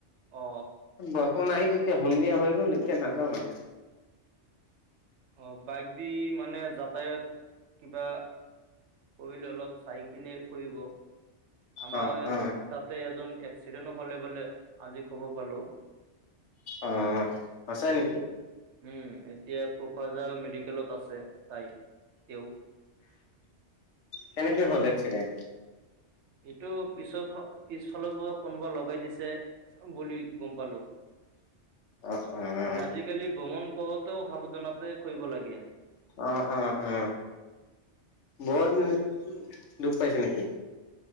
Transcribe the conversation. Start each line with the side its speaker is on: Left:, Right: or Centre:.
Right: অ
Left: বৰ্ষ ন আহিলে এতিয়া সন্ধিয়া হৈ গল এতিয়া নযাওঁ মানে
Right: অ বাইঘ দি মানে যাতায়ত কিবা কৰিলে অলপ চাই কিনে কৰিব আমাৰ
Left: অ অ
Right: তাতে এজন সিটোনো হলে বোলে আজি খবৰ পালো
Left: অ
Right: উম
Left: আছে ন
Right: উম এতিয়া কোকৰাঝাৰ মেডিকেলত আছে তাই তেওঁ
Left: কেনেকে হ'ল এক্সিডেণ্ট
Right: এইটো পিছৰ পিছফালৰ পৰা কোনোবা লগাই দিছে বুলি গম পালো <inaudible>
Left: উ উম উম
Right: মানে আজিকালি ভ্ৰমণ কৰোঁতেও সাৱধানতে কৰিব লাগে
Left: অ অ অ বত দুখ পাইছে নেকি